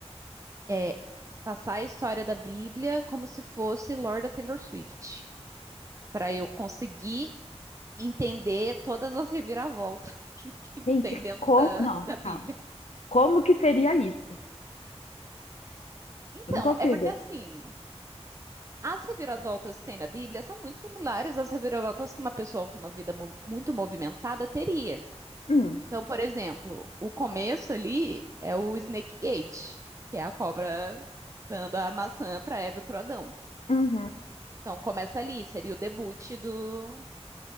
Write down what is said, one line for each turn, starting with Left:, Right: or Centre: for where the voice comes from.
Right: é, passar a história da Bíblia como se fosse Lorda Taylor Swift, para eu conseguir entender todas as reviravoltas <laughs> que, que
Left: Gente,
Right: tem dentro
Left: como.
Right: da,
Left: Não,
Right: da Bíblia.
Left: calma. Como que seria isso?
Right: Então,
Left: Eu não consigo.
Right: é porque assim, as reviravoltas que tem na Bíblia são muito similares às reviravoltas que uma pessoa com uma vida mo- muito movimentada teria.
Left: Hum,
Right: Então, por exemplo, o começo ali é o Snake Gate, que é a cobra dando a maçã para Eva e para Adão.
Left: uhum,
Right: Então, começa ali, seria o debut do,